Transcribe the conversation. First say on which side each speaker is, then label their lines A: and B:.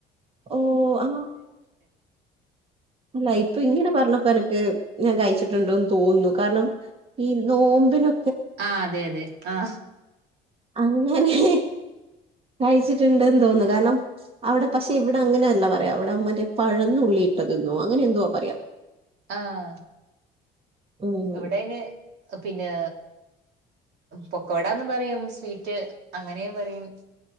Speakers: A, on the right; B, on the right.
A: ഓ ആ അല്ല ഇപ്പൊ ഇങ്ങനെ പറഞ്ഞപ്പ അനക്ക് ഞാൻ കഴിച്ചിട്ടുണ്ടോന്ന് തോന്നുന്നു കാരണം ഈ നോമ്പിനൊ
B: ആ അതെ അതെ ആ
A: അങ്ങനെ കഴച്ചിട്ടുണ്ട്ന്ന് തോന്നുന്നു കാരണം അവിടെ പക്ഷെ ഇവിടെ അങ്ങനെയല്ല പറയാ അവിടെ മറ്റേ പഴം നുള്ളിയിട്ടതന്നോ അങ്ങനെ എന്തുവാ പറയാ
B: ആഹ
A: ഉം
B: എവിടെന് പിന്നെ പൊക്കോടന്ന് പറയും സ്വീറ്റ് അങ്ങനെ പറയും